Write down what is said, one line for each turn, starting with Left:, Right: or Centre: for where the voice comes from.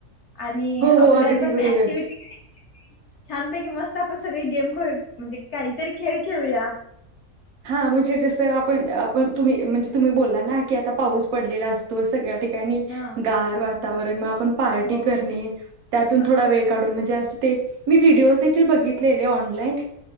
Left: आणि
Right: हो
Left: आपलं
Right: हो अगदी
Left: पण
Right: बरोबर
Left: ऍक्टिव्हटी छानपैकी मस्त आपण सगळी गेम खे म्हणजे काहीतरी खेळ खेळूया
Right: हा म्हणजे जसं आपण आपण तुम्ही म्हणजे तुम्ही बोलला ना की आता पाऊस पडलेला असतो सगळ्या
Left: हा
Right: गार वातावरणात आपण पार्टी
Left: हो
Right: करायची, त्यातून
Left: मस्त
Right: थोडा वेळ काढून म्हणजे असं. मी व्हिडिओदेखील बघितलेले ऑनलाइन,